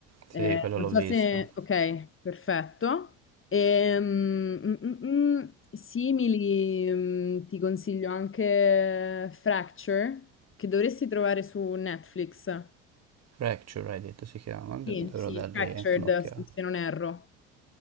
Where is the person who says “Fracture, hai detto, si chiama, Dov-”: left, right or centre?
Right